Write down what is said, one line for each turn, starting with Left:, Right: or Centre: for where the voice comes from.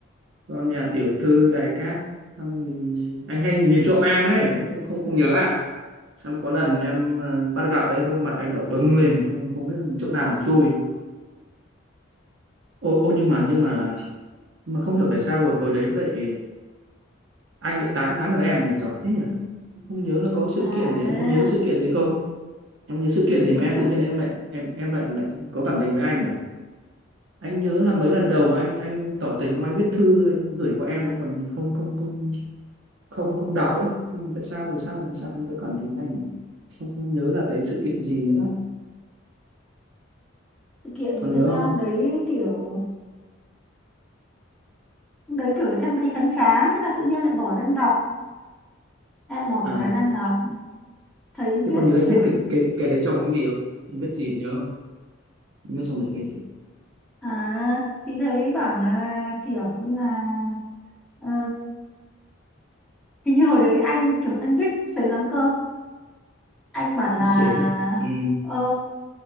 Right: con nhà tiểu thư đài cát xong thì anh hay nhìn trộm em đấy anh không không không nhớ à xong có lần em à, bắt gặp đấy đôi mặt anh đỏ bừng lên không không biết chỗ nào mà chui ô ô nhưng mà nhưng mà nhưng mà không hiểu tại sao hồi hồi đấy lại anh lại tán tán được em nhỉ giỏi thế nhỉ Em không nhớ là có sự
Centre: à
Right: kiện gì em có nhớ sự kiện gì không em có nhớ
Centre: sự
Right: sự
Centre: kiện
Right: kiện gì mà
Centre: gì
Right: em
Centre: á
Right: tự nhiên em lại em em lại lại có cảm tình với anh nhỉ anh nhớ là mấy lần đầu mà anh anh tỏ tình không anh viết thư anh gửi qua em em còn không không không không không đọc ấy Nhưng tại sao tại sao tại sao anh vẫn cảm tình anh nhỉ không, không nhớ là cái sự kiện gì nữa
Centre: sự kiện
Right: còn
Centre: thì thật
Right: nhớ
Centre: ra
Right: không
Centre: hôm đấy kiểu hôm đấy kiểu em thấy chán chán thế là tự nhiên lại bỏ ra em đọc lại bỏ một
Right: à
Centre: cái sang đọc thấy
Right: thế
Centre: viết
Right: còn nhớ anh
Centre: kiểu
Right: viết cái cái cái đấy trong cái gì không anh viết gì nhớ không anh viết trong đấy cái gì
Centre: à thì thấy bảo là kiểu như là ờ, hình như hồi đấy anh kiểu anh viết sến lắm cơ anh bảo là
Right: Anh xến à ừ
Centre: ờ